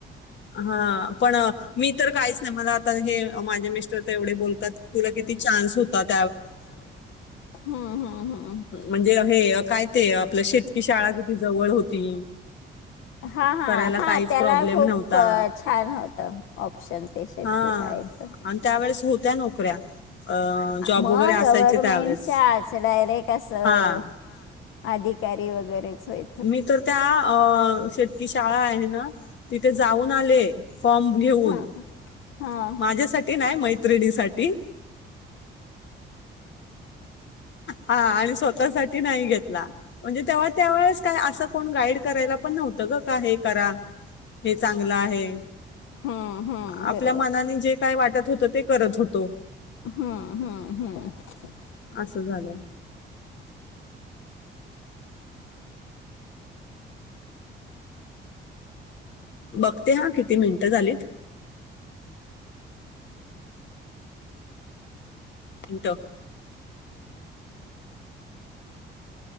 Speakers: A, on the left; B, on the left.
A: हा पण मी तर काहीच नाही मला आता हे माझे मिस्टर तर एवढे बोलतात तुला किती चान्स होतात
B: हम्म हम्म हम्म
A: म्हणजे हे काय ते आपलं शेतकी शाळा किती जवळ होती
B: हा हा
A: करायला
B: हा
A: काहीच
B: त्याला
A: प्रॉब्लेम
B: खूप
A: नव्हता.
B: छान होतं ऑप्शन ते शेतकी
A: हा
B: शाळेचं
A: आणि त्यावेेळेस होत्या नोकऱ्या अ जॉब
B: मग
A: वगैरे असायचे
B: गव्हर्मेंटच्याच
A: त्यावेळेस.
B: डायरेक्ट असं
A: हा
B: अधिकारी वगैरेच होय
A: मी तर त्या शेतकी शाळा आहे ना तिथे जाऊन आले फॉर्म घेऊन
B: हा हा
A: माझ्यासाठी नाही मैत्रिणीसाठी हा आणि स्वतःसाठी नाही घेतला म्हणजे तेव्हा त्यावेेळेस काय असं कोण गाईड करायला पण नव्हतं ग का हे करा हे चांगलं आहे
B: हम्म हम्म
A: आपल्या
B: बरोबर
A: मनाने जे काय वाटत होत ते करत होतो
B: हम हम् हम्
A: असं झालं बघते हा किती मिनिटं झालीत त तो